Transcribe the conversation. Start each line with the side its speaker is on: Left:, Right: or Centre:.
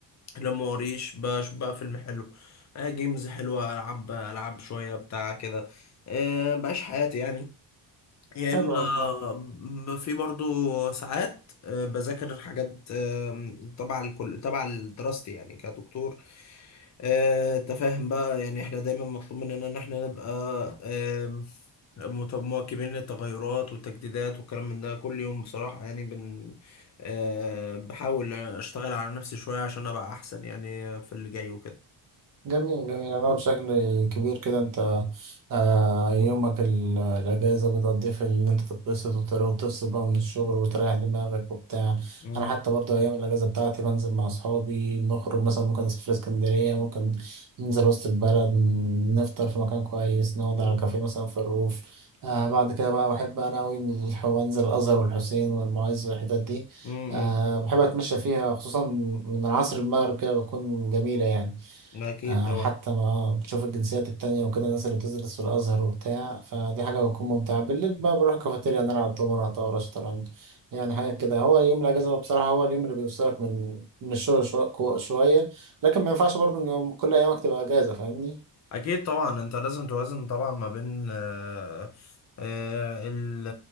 Left: لو ما وريش بشوف بقى فيلم حلو آه جيمز حلوه العب العب شويه بتاع كده أه بعيش حياتي يعني يا
Right: حلو
Left: اما
Right: والله
Left: في برضو ساعات آه، بذاكر حاجات آم، تبع الكل تبع دراستي يعني كدكتور آه، انت فاهم بقى يعني احنا دايما مطلوب مننا ان احنا نبقى آم، مت- مواكبين للتغيرات والتجديدات والكلام من ده كل يوم بصراحة يعني بن آه، بحاول اشتغل على نفسي شوية عشان ابقى احسن يعني في اللي جاي وكده
Right: جميل جميل أنا بشكل كبير كده أنت آه يومك ال- الأجازة بتقضيه في إن أنت تتبسط وتر- وتفصل بقى من الشغل وتريح دماغك وبتاع
Left: مم.
Right: أنا حتى برضه أيام الأجازة بتاعتي بنزل مع أصحابي نخرج مثلا ممكن نسافر اسكندرية ممكن ننزل وسط البلد ن- نفطر في مكان كويس نقعد
Left: مم.
Right: على كافيه مثلا في الروف آه بعد كده بقى بحب أنا أوي الح- أنزل الأزهر والحسين والمعز والحتت دي
Left: مم.
Right: آه بحب أتمشى فيها خصوصا من العصر المغرب كده بتكون جميلة يعني.
Left: مم. اكيد
Right: آه،
Left: طبعا
Right: حتى ما بتشوف الجنسيات التانية وكده الناس اللي بتدرس في الأزهر وبتاع فدي حاجة بتكون ممتعة بالليل بقى بروح الكافيتيريا نلعب دومنة طاولة شطرنج يعني حاجات كده هو يوم الأجازة بصراحة هو اليوم اللي بيفصلك من من الشغل شو- كو- شوية لكن ما ينفعش برضه إن كل أيامك تبقى أجازة فاهمني؟
Left: اكيد طبعا انت لازم توازن طبعا ما بين آه، آه، ال-